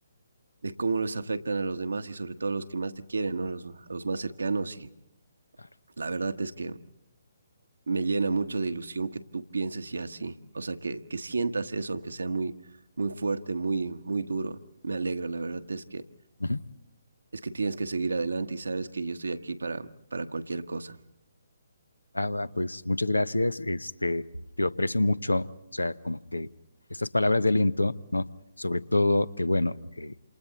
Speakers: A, on the right; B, on the left.
A: de cómo los afectan a los demás y sobre todo a los que más te quieren, ¿no? Los, a los más cercanos y
B: Claro.
A: la verdad es que me llena mucho de ilusión que tú pienses ya así, o sea, que, que sientas eso, aunque sea muy, muy fuerte, muy, muy duro. Me alegra, la verdad es que,
B: Uh -huh.
A: es que tienes que seguir adelante y sabes que yo estoy aquí para, para cualquier cosa.
B: ah, pues muchas gracias. Este, te aprecio mucho, o sea, como que estas palabras de aliento, ¿no? Sobre todo que, bueno, eh,